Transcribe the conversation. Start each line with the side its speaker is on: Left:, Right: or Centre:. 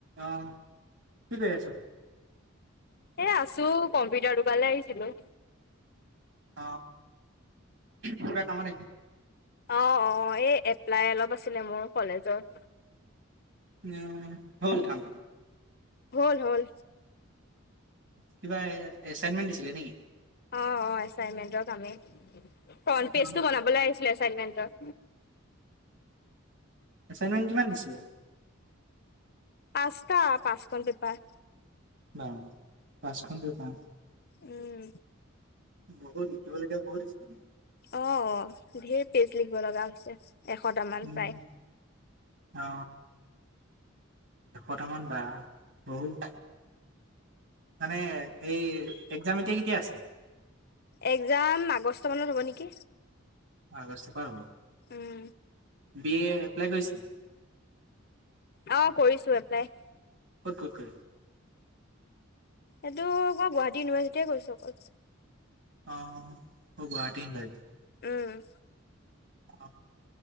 Right: অ হ কি কৰি আছো?
Left: এ আছো কম্পিউটাৰ দোকানলে আহিছিলো
Right: অ কিবা কামত
Left: অ অ এই এপ্লাই অলপ আছিলে মোৰ কলেজত
Right: উম হল কাম
Left: হল হল
Right: কিবা এচাইনমেন্ট দিছিলে নেকি?
Left: অ অ এচাইনমেন্টৰ কামেই ফ্ৰন্ট পেজটো
Right: অ
Left: বনাবলৈ আহিছিলে ছাগে এনেন্টৰ
Right: এচাইনমেন্ট কিমান দিছিলে
Left: পাঁচটা পাঁচখন পেপাৰ
Right: অ পাঁচখন পেপাৰ
Left: উম
Right: বোৰ্ডত লিখিবলগীয়া বহুত আছে।
Left: অ অ ধেৰ পেজ লিখিব লগা হৈছে এশট মান
Right: উম
Left: প্ৰায়
Right: অ এশটামান বা বহুত মানে এই এক্জাম এতিয়া কেতিয়া আছে
Left: একজাম আগষ্ট মানত হ'ব নেকি?
Right: আগষ্ট পা হব
Left: উম
Right: বি এ এপ্লাই কৰিছিল
Left: অ কৰিছো এপ্লাই
Right: ক'ত কত কৰিলা
Left: এইটো আকৌ গুৱাহাটী ইউনিভাৰ্চিটিয়ে কৰিছো অকল
Right: অ গুৱাহাটী ইউনিভাৰ্ছিটি
Left: উম
Right: অ